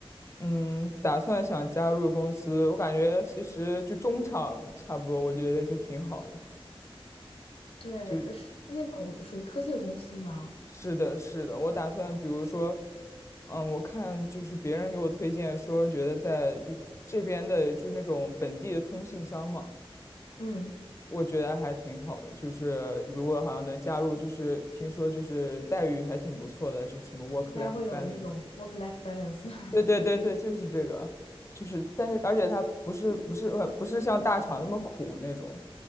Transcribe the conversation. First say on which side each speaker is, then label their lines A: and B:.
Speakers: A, on the left (about 30°); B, on the left (about 80°).
A: 嗯，打算想加入公司，我感觉其实就中场差不多，我觉得就挺好的。
B: 对，
A: 就。
B: 呃是是那种属于科技的公司吗？
A: 是的，是的，我打算比如说，
B: 哦，
A: 嗯，我看就是别人给我推荐说，觉得在就这边的就是那种本地的通信商嘛，
B: 嗯，
A: 我觉得还挺好的。就是如果好像能加入，就是听说就是待遇还挺不错的，就什么 work-life
B: 应该会有那种
A: balance。
B: work-life balance。
A: 对对对对，
B: <laughs>
A: 就是这个，就是但是而且它不是不是呃不是像大厂那么苦那种
B: 嗯